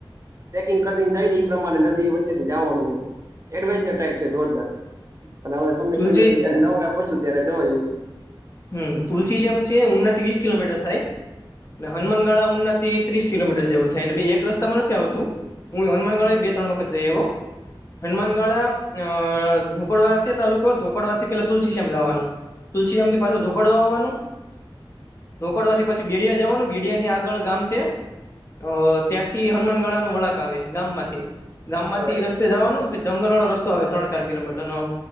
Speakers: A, on the right; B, on the left.
A: ટ્રેકિંગ કરતીન જાય ને ઈ પ્રમાણે નદ દી વચ્ચે થી જાવાનું છે. એડવેન્ચર ટાઈપ છે જોરદાર. અને હવે સમય
B: તુલસી
A: સંજોગે જ્યારે નવરા પડશું ત્યારે જવાય એવું છે.
B: હમ્મ. તુલસીશ્યામ છે ઉના વીસ કિલોમીટર થાય, એટલે હનુમાનગાળા ઉનાથી ત્રીસ કિલોમીટર જેવું થાય. એટલે બેય એક રસ્તામાં નથી આવતું, હું હનુમાનગાળા એઈ બે ત્રણ વખત જઈ આઈવો. હનુમાનગાળા અહ ધોકડવા છે તાલુકો, ધોકડવા થી પેલા તુલસીશ્યામ જવાનું. તુલસીશ્યામ થી પાછો ધોકડવા આવવાનું ધોકડવાથી પછી બિડીયા જાવાનું, બીડિયા થી આગળ ગામ સે અહ ત્યાંથી હનુમાન ગાળા નો વળાંક આવે ગામ માંથી, ગામ માંથી
A: બરાબર
B: એ રસ્તે
A: છે.
B: જવાનું, <unintelligible> જંગલ વાળો રસ્તો આવે ત્રણ ચાર કિલોમીટર નો,